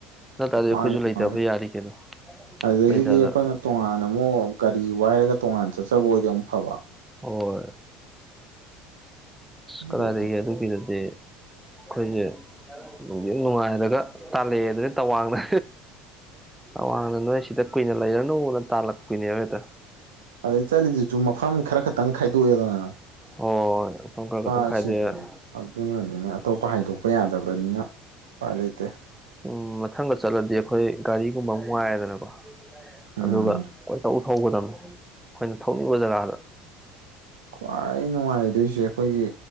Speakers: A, in the centre; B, on the right (about 75°).
A: ꯅꯠꯇ꯭ꯔꯗꯤ ꯑꯩꯈꯣꯏꯁꯨ
B: ꯃꯥꯅꯤ
A: ꯂꯩꯇꯕ
B: ꯃꯥꯅꯤ
A: ꯌꯥꯔꯤ ꯀꯩꯅꯣ
B: ꯑꯗꯨꯗꯒꯤꯗꯤ
A: ꯂꯩꯇꯅ
B: ꯑꯩꯈꯣꯏꯅ ꯇꯣꯉꯥꯟꯅ ꯑꯃꯨꯛ ꯀꯔꯤ ꯋꯥꯏꯔꯒ ꯇꯣꯉꯥꯟ ꯆꯠꯆꯕ ꯑꯣꯏꯔꯗꯤ ꯑꯃꯨꯛ ꯐꯕ
A: ꯍ‌ꯣꯏ
B: ꯑꯗꯨꯅꯦ
A: ꯀꯗꯥꯏꯗꯒꯦ ꯑꯗꯨꯒꯤꯗꯗꯤ ꯑꯩꯈꯣꯏꯁꯦ ꯅꯨꯡ ꯅꯨꯡꯉꯥꯏꯔꯒ ꯇꯥꯜꯂꯛꯑꯦ ꯑꯗꯨꯅ ꯇꯋꯥꯡꯅ ꯑꯋꯥꯡꯅ ꯅꯣꯏ ꯁꯤꯗ ꯀꯨꯏꯅ ꯂꯩꯔꯅꯨꯅ ꯇꯥꯜꯂꯛꯄꯣꯏꯅꯦꯕ ꯍ‌ꯦꯛꯇ
B: ꯑꯗꯩ ꯆꯠꯂꯤꯗꯨꯁꯨ ꯃꯐꯝ ꯈꯔ ꯈꯛꯇꯪ ꯈꯥꯏꯗꯣꯛꯑꯦꯗꯅ
A: ꯍꯣꯏꯣ ꯃꯐꯝ ꯈꯔ ꯈꯛꯇꯪ
B: ꯑꯁꯤ
A: ꯈꯥꯏꯗ‌ꯣꯛꯑ‌ꯦ
B: ꯑꯗꯨꯅꯅꯤꯅ ꯑꯇꯣꯞꯄ ꯍꯥꯏꯗꯣꯛꯄ ꯌꯥꯗꯕ꯭ꯔꯅꯤꯅ ꯎꯄꯥꯏ ꯂꯩꯇꯦ
A: ꯎꯝ ꯃꯊꯪꯒ ꯆꯠꯂꯗꯤ ꯑꯩꯈꯣꯏ ꯒꯥꯔꯤꯒꯨꯝꯕ ꯑꯃ ꯋꯥꯏꯔꯦꯗꯅꯀꯣ
B: ꯎꯝ
A: ꯑꯗꯨꯒ ꯀꯣꯏꯊ ꯊꯧꯒꯗꯕꯅꯦ ꯑꯩꯈꯣꯏꯅ ꯊꯧꯅꯤꯡꯕ ꯖꯒꯥꯗ
B: ꯈ꯭ꯋꯥꯏ ꯅꯨꯡꯉꯥꯏꯗꯣꯏꯁꯦ ꯑꯩꯈꯣꯏꯒꯤ